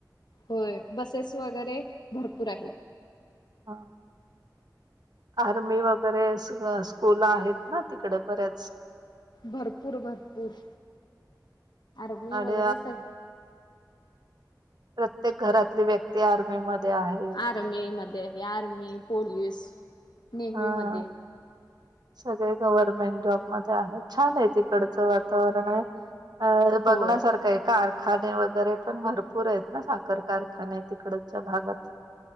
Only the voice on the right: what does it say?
हा. आर्मी वगैरे सगळ्या स्कूल आहेत ना तिकडे बर्‍या
आणि
प्रत्येक घरातली व्यक्ती आर्मीमधे आहे.
हा
सगळे गव्हर्मेंट जॉबमधे आहे छान आहे तिकडचं वातावरणय अ बघण्यासारखंय
का? खाणे वगैरे पण भरपूर आहेत ना साखर कारखाने तिकडच्या भागात